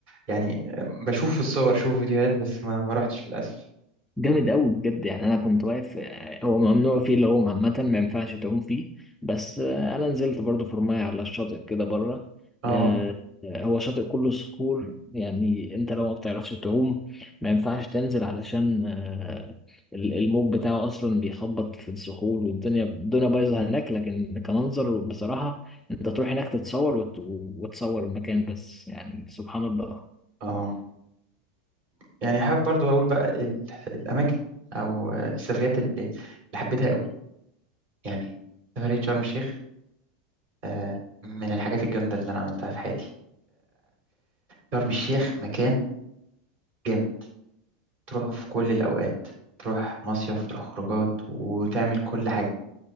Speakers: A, on the right; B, in the centre.
A: يعني بشوف في الصور شوف فيديوهات بس ما ما رحتش للأسف
B: جامد قوي بجد يعني انا كنت واقف آه، هو ممنوع فيه العوم عامه ما ينفعش تعوم فيه بس آه، انا نزلت برضو في رماية على الشاطئ كده بره
A: اه
B: آه، آه، هو شاطئ كله صخور يعني انت لو ما بتعرفش تعوم ما ينفعش تنزل علشان آه، ال- الموج بتاعه اصلا بيخبط في الصخور والدنيا الدنيا بايظه هناك لكن كمنظر بصراحه انت تروح هناك تتصور وت- وتصور المكان بس يعني سبحان الله
A: اه يعني حابب برضو أقول بقى ال- الأماكن أو السفريات اللي اللي حبيتها يعني سفرية شرم الشيخ آه، من الحاجات الجامدة اللي أنا عملتها في حياتي شرم الشيخ مكان جامد تروحه في كل الأوقات تروح مصيف تروح خروجات وتعمل كل حاجة